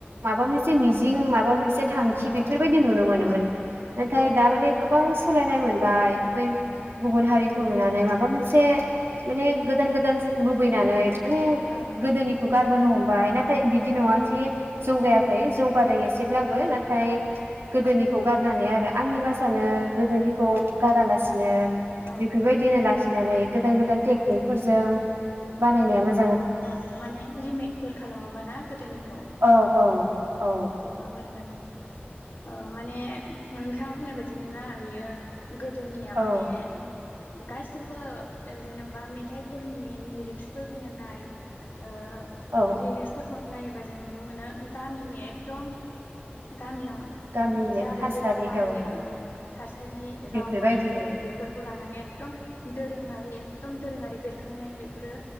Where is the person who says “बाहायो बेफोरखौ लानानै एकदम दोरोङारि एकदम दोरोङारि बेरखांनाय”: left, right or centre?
Left